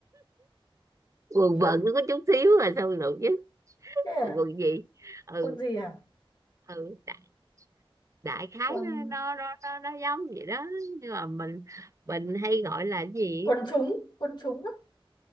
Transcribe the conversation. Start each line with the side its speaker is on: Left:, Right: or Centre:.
Right: quần
Left: <laughs>
Right: vợt nó có chút xíu là sao rộng nhất
Left: Thế à?
Right: quần gì ừ
Left: Quần gì hả?
Right: ừ đại, đại khái
Left: Quần
Right: nó nó nó nó, nó giống vậy đó nhưng mà mình mình hay gọi là cái gì
Left: quần trúng quần trúng á?